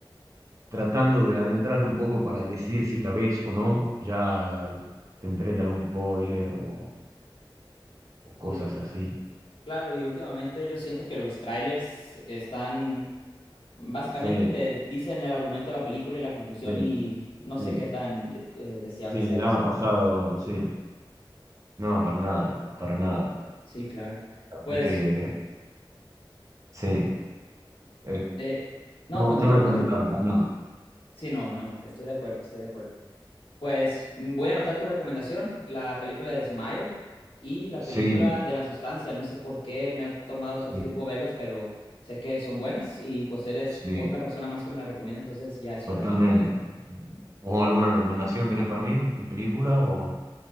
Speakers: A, on the right; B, on the left.
A: tratando de adentrarte un poco para decidir si la ves o no, ya te enteres de algún spoiler o, o
B: sí,
A: cosas
B: claro.
A: así.
B: Claro, y últimamente yo siento que los trailers están Básicamente
A: Sí,
B: te dicen el argumento de la película y la conclusión
A: sí,
B: y no sé
A: sí.
B: qué tan de- eh, deseable
A: Sí,
B: sea
A: ya
B: eso,
A: me ha
B: ¿no?
A: pasado, sí. No, para nada, para nada.
B: Sí, claro.
A: La
B: Pues,
A: verdad que sí, eh,
B: eh, no,
A: no,
B: continúa,
A: no recomendable
B: continúa.
A: para nada.
B: Sí, no, no, estoy de acuerdo, estoy de acuerdo. Pues mm, voy a anotar tu recomendación, la película de Smile y la
A: Sí,
B: película de La Sustancia. No sé por qué me ha tomado
A: sí,
B: tanto tiempo verlas, pero sé que son buenas y pues eres
A: sí,
B: otra persona más que me las recomienda, entonces ya es
A: totalmente.
B: hora de que las vea.
A: ¿Vos alguna recomendación tenés para mí de película o